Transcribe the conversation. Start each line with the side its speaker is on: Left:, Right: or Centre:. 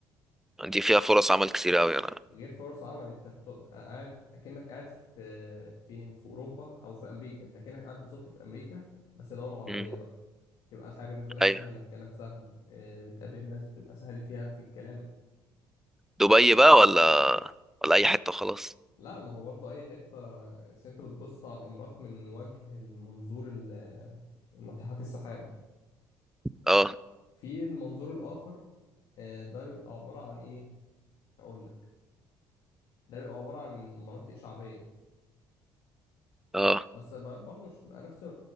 Centre: دي فيها فرص عمل كتير قوي انا
Left: غير فرص عمل انت بتبقى قاعد اكنك قاعد في فين في اوروبا او في امريكا انت اكنك قاعد بالظبط في امريكا بس دولة عربية
Centre: مم.
Left: بقى تبقى الحياة بالنسبة لك
Centre: ايوه
Left: سهلة الكلام سهل آه، بتقابل الناس بتبقى سهل فيها في الكلام
Centre: دبي بقى ولا ولا اي حته خلاص
Left: لا ما هو برضه اي حتة بس انت بتبص على الامارات من وجه المنظور ال- ناطحات السحاب
Centre: اه
Left: في المنظور الاخر آه، ده بيبقى عبارة عن ايه اقول لك ده بيبقى عبارة عن مناطق شعبية
Centre: اه
Left: بس ب- برضه مش هتبقى نفس